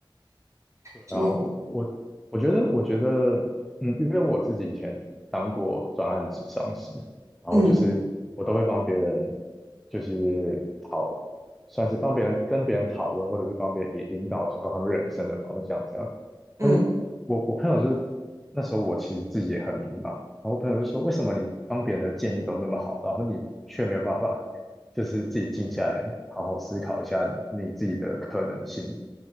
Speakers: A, in the centre; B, on the right.
A: 对然啊，
B: 就是
A: 后我我我觉得，我觉得，嗯，因为我自己以前当过专案咨商师，然后就是我都会帮别人，
B: 嗯
A: 就是讨，算是帮别人跟别人讨论，或者是帮别人引引导说他们人生的方向这样。但是我我朋友就
B: 嗯
A: 那时候我其实自己也很迷茫，然后我朋友就说，为什么你帮别人的建议都那么好，然后你却没有办法，就是自己静下来好好思考一下你自己的可能性，